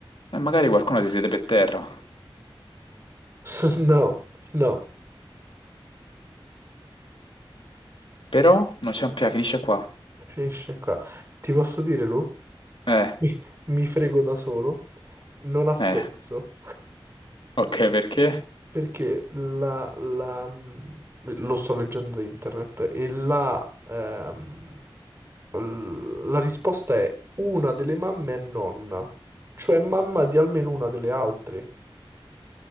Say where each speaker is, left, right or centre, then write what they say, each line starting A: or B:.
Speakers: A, on the left; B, on the right.
A: E magari qualcuno si siede per terra,
B: <laughs> No. No,
A: però non c'è un piano, finisce qua.
B: Finisce qua. Ti posso dire, Lu?
A: Eh,
B: Mi, mi frego da solo. Non ha senso.
A: eh, ok, perché?
B: Perché la, la, mh, lo sto leggendo da internet e la, ehm, l- la risposta è una delle mamme è nonna. Cioè mamma di almeno una delle altre.